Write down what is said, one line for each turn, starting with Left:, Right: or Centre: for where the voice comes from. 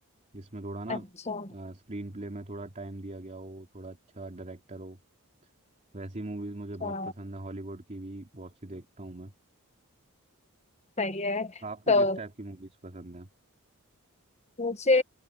Right: जिसमें थोड़ा ना
Left: अच्छा
Right: स्क्रीन प्ले में थोड़ा टाइम दिया गया हो थोड़ा अच्छा डायरेक्टर हो वैसी मूवीज मुझे बहुत
Left: अच्छा
Right: पसंद है हॉलीवुड की भी बहुत सी देखता हूँ मैं
Left: सही है
Right: आपको
Left: तो
Right: किस टाइप की मूवीज पसंद है
Left: मुझे